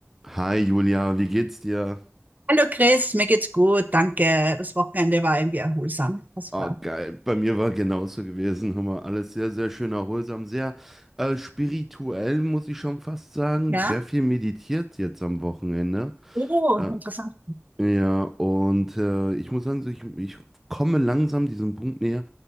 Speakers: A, in the centre; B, on the right (about 35°).
A: Hi Julia, wie geht's dir?
B: Hallo Chris, mir geht's gut, danke. Das Wochenende war irgendwie erholsam. Das
A: Ah,
B: war.
A: geil. Bei mir war genauso gewesen. Hör mal, alles sehr, sehr schön erholsam, sehr äh, spirituell, muss ich schon fast sagen.
B: Ja?
A: Sehr viel meditiert jetzt am Wochenende.
B: Oh,
A: Äh,
B: interessant.
A: ja, und äh, ich muss sagen, so ich, ich komme langsam diesem Punkt näher,